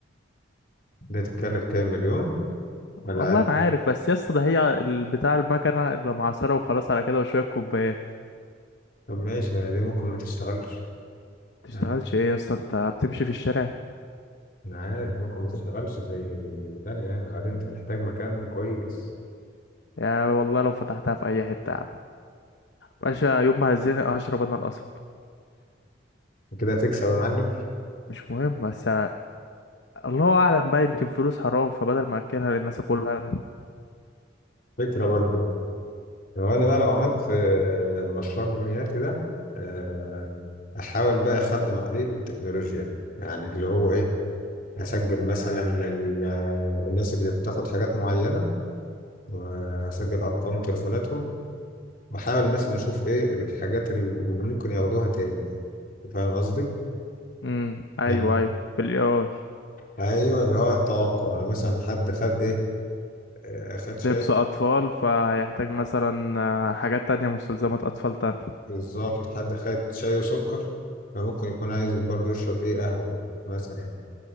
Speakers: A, on the left (about 45°); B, on the left (about 65°).
A: ده تتكلف كام مليون ولا
B: والله
A: اقل
B: ما عارف بس يا اسطى ده هي ال- بتاع المكنه اللي معصره وخلاص على كده وشويه كوبايات
A: طب ماشي ما دي ممكن ما تشتغلش
B: تشتغلش
A: مم.
B: ايه يا اسطى انت بتمشي في الشارع
A: انا عارف ممكن ما تشتغلش زي الثانيه يعني بعدين تحتاج مكان كويس
B: يا والله لو فتحتها في اي حته يا عم باشا يوم ما هزني اشرب انا القصب
A: وكده هتكسب يا معلم
B: مش مهم بس الله اعلم بقى يمكن فلوس حرام فبدل ما اكلها للناس اكلها انا
A: فكره برضو هو انا بقى لو عملت آه، مشروع جمعياتي ده آه، احاول بقى اخدم عليه بالتكنولوجيا يعني اللي هو ايه هسجل مثلا ال- آه، الناس اللي بتاخد حاجات معينة وهسجل ارقام تليفوناتهم واحاول مثلا اشوف ايه الحاجات اللي اللي ممكن ياخدوها تاني فاهم قصدي
B: امم ايوه
A: يعني
B: ايوه بالاي اي
A: ايوه اللي هو التوقع يعني مثلا حد خد ايه آه، خد شاي
B: لبس اطفال فهيحتاج مثلا آه، حاجات تانية مستلزمات اطفال تانية
A: بالظبط حد خد شاي وسكر فممكن يكون عايز برضه يشرب ايه قهوة مثلا